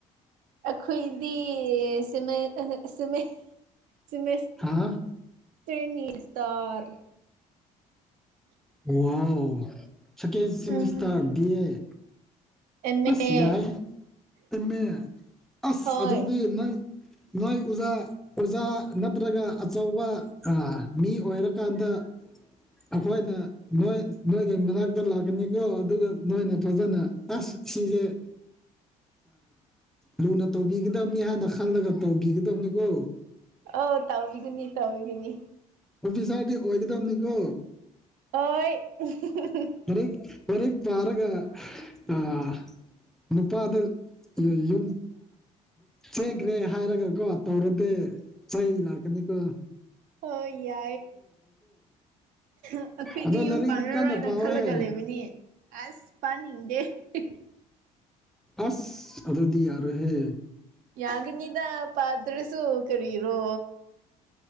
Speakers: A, on the right; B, in the centre.
A: ꯑꯩꯈꯣꯏꯗꯤ ꯁꯤꯃꯦ ꯁꯤꯃꯦ ꯁꯦꯃꯤꯁ
B: ꯍꯥ
A: ꯇ꯭ꯔꯦꯅꯤ ꯁꯇꯥꯔ
B: ꯋꯥꯎ ꯁꯦꯀꯦꯟꯗ ꯁꯦꯃꯦꯁꯇꯔ
A: ꯎꯝ
B: ꯕꯤ ꯑꯦ
A: ꯑꯦꯝ
B: ꯑꯁ
A: ꯑꯦ
B: ꯌꯥꯏꯍꯦ ꯑꯦꯝꯃꯦ ꯑꯁ
A: ꯍꯣꯏ
B: ꯑꯗꯨꯗꯤ ꯅꯪ ꯅꯣꯏ ꯎꯖꯥ ꯑꯣꯖꯥ ꯅꯠꯇ꯭ꯔꯒ ꯑꯆꯧꯕ ꯃꯤ ꯑꯣꯏꯔꯀꯥꯟꯗ ꯑꯈꯣꯏꯅ ꯅꯣꯏ ꯅꯣꯏꯒꯤ ꯃꯅꯥꯛꯇ ꯂꯥꯛꯀꯅꯤꯀꯣ ꯑꯗꯨꯒ ꯅꯣꯏꯅ ꯐꯖꯅ ꯑꯁ ꯁꯤꯁꯦ <unintelligible> ꯂꯨꯅ ꯇꯧꯕꯤꯒꯗꯕꯅꯤ ꯍꯥꯏꯅ ꯈꯜꯂꯒ ꯇꯧꯕꯤꯒꯗꯕꯅꯤꯀꯣ
A: ꯑꯥꯎ ꯇꯥꯎꯕꯤꯒꯅꯤ ꯇꯥꯎꯕꯤꯒꯅꯤ
B: ꯑꯣꯐꯤꯁꯥꯔꯗꯤ ꯑꯣꯏꯒꯗꯝꯅꯤꯀꯣ
A: ꯍꯣꯢ <unintelligible>
B: ꯂꯩꯔꯤꯛ ꯂꯩꯔꯤꯛ ꯄꯥꯔꯒ ꯑꯥ ꯅꯨꯄꯥꯗ ꯌꯨꯝ ꯆꯦꯟꯈ꯭ꯔꯦ ꯍꯥꯏꯔꯒ ꯀꯣ ꯇꯧꯔꯗꯤ ꯆꯩ ꯂꯥꯛ ꯀꯅꯤ ꯀꯣ
A: ꯍꯣꯢ ꯌꯥꯏꯌꯦ ꯑꯩꯈꯣꯏꯗꯤ
B: ꯑꯗꯣ
A: ꯌꯨꯝ
B: ꯂꯥꯏꯔꯤꯛꯇꯣ
A: ꯄꯥꯟꯂꯔꯣꯏꯅ
B: ꯀꯟꯅ ꯄꯥꯎꯍꯦ
A: ꯈꯜꯂꯒ ꯂꯩꯕꯅꯤ ꯑꯁ ꯄꯥꯅꯤꯡꯗꯦ <unintelligible>
B: ꯑꯁ ꯑꯗꯨꯗꯤ ꯌꯥꯔꯣꯢꯍꯦ
A: ꯌꯥꯒꯅꯤꯗ ꯄꯥꯟꯗ꯭ꯔꯁꯨ ꯀꯔꯤꯔꯣ